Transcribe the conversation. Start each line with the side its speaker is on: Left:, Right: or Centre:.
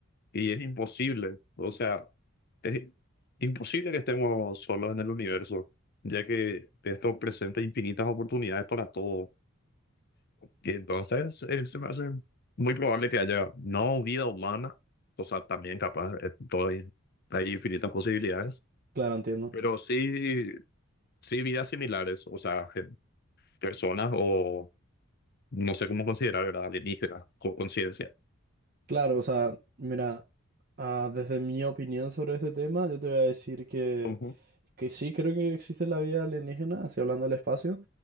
Left: Y es imposible, o sea, es imposible que estemos solos en el universo, ya que esto presenta infinitas oportunidades para todos Y entonces eh, se me hace muy probable que haya no vida humana, o sea, también capaz, eh, todo- hay infinitas posibilidades,
Right: Claro, entiendo.
Left: pero sí, sí vidas similares, o sea, gen- personas o no sé cómo considerar, ¿verdad? Alienígenas, con conciencia.
Right: Claro, o sea, mira, ah, desde mi opinión sobre este tema, yo te voy a decir que
Left: Ujú,
Right: Que sí, creo que existe la vida alienígena, así hablando del espacio,